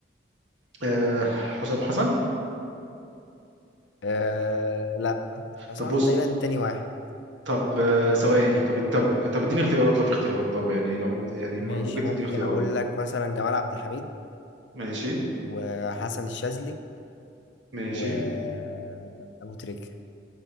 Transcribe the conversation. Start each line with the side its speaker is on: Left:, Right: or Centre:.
Right: آه حسام حسن
Left: أه لا حسام
Right: طب بص
Left: حسن تقريبا تاني واحد
Right: طب آه، ثواني طب طب طب اديني اختيارات لو في اختيارات طب يعني لو انت يعني
Left: ماشي
Right: م- ممكن
Left: ممكن
Right: تديني اختيارات
Left: أقول لك مثلا جمال عبد الحميد
Right: ماشي
Left: وحسن الشاذلي
Right: ماشي
Left: وأبو تريكة